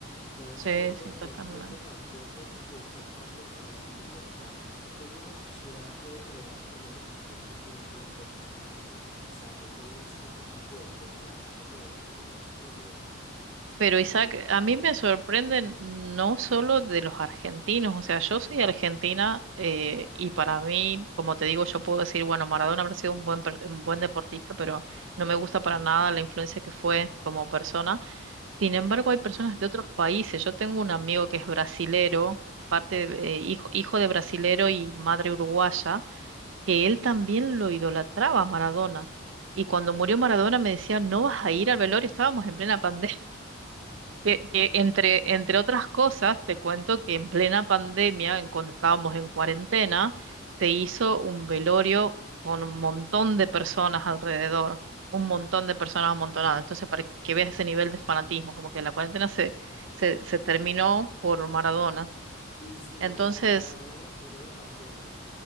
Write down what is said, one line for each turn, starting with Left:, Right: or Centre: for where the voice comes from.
Left: No entiendo,
Right: Sí, sí, totalmente.
Left: no entiendo tampoco por qué tanto el fanatismo, o sea, cómo una sociedad puede crear hasta una religión incluso del personaje sabiendo aún así este tipo de cosas, es como, es como absurdo. Es como,
Right: Pero Isaac, a mí me sorprenden no solo de los argentinos, o sea, yo soy argentina eh, y para mí, como te digo, yo puedo decir, bueno, Maradona habrá sido un buen, per- un buen deportista, pero no me gusta para nada la influencia que fue como persona. Sin embargo, hay personas de otros países. Yo tengo un amigo que es brasilero, parte, de- eh, hijo, hijo de brasilero y madre uruguaya, que él también lo idolatraba a Maradona. Y cuando murió Maradona me decía, no vas a ir al velorio, estábamos en plena pandemia. Que, que entre, entre otras cosas, te cuento que en plena pandemia, en cuando estábamos en cuarentena, se hizo un velorio con un montón de personas alrededor, un montón de personas amontonadas. Entonces, para que veas ese nivel de fanatismo, como que la cuarentena se, se, se terminó por Maradona.
Left: sí, sí,
Right: Entonces,
Left: Mara- Maradona resolvió la pandemia.